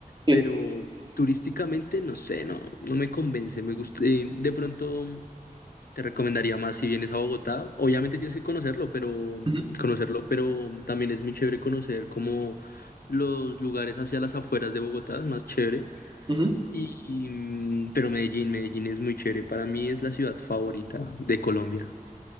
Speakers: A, on the right; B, on the left.
A: Sí.
B: pero turísticamente no sé, no, no me convence. Me gusta, em, de pronto. Te recomendaría más si vienes a Bogotá. Obviamente tienes que conocerlo, pero
A: Ujú,
B: conocerlo, pero también es muy chévere conocer como los lugares hacia las afueras de Bogotá, es más chévere.
A: ujú.
B: Y, y, mm, pero Medellín, Medellín es muy chévere. Para mí es la ciudad favorita de Colombia.